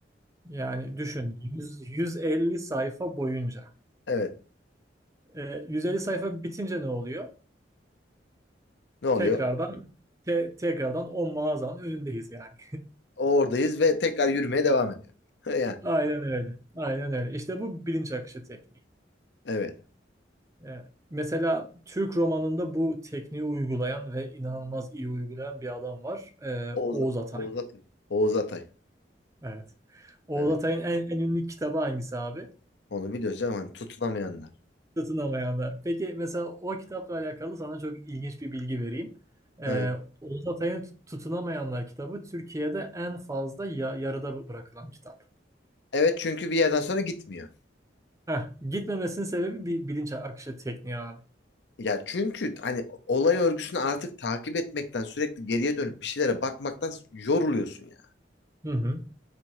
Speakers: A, on the right (about 15°); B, on the left (about 70°).
A: Yani düşün 100 150 sayfa boyunca.
B: Evet.
A: E, 150 sayfa bitince ne oluyor?
B: Ne oluyor?
A: Tekrardan te- tekrardan o mağazanın önündeyiz yani.
B: Oradayız ve tekrar yürümeye devam ediyor. <laughs> Ya,
A: Aynen öyle. Aynen öyle. İşte bu bilinç akışı tekniği.
B: evet.
A: E, mesela Türk romanında bu tekniği uygulayan ve inanılmaz iyi uygulayan bir adam var. E,
B: Oğuz,
A: Oğuz Atay.
B: Oğuz Atay. Oğuz Atay.
A: Evet. Oğuz
B: Evet.
A: Atay'ın en, en ünlü kitabı hangisi abi?
B: Onu biliyoruz canım. Hani tutunamayanlar.
A: Satın alamayanlar. Peki mesela o kitapla alakalı sana çok ilginç bir bilgi vereyim. Ee,
B: Evet.
A: Oğuz Atay'ın Tut- Tutunamayanlar kitabı Türkiye'de en fazla ya- yarıda bırakılan kitap.
B: Evet çünkü bir yerden sonra gitmiyor.
A: Heh, gitmemesinin sebebi bir bilinç akışı tekniği abi.
B: Ya çünkü hani olay örgüsünü artık takip etmekten sürekli geriye dönüp bir şeylere bakmaktan yoruluyorsun ya.
A: Hı hı.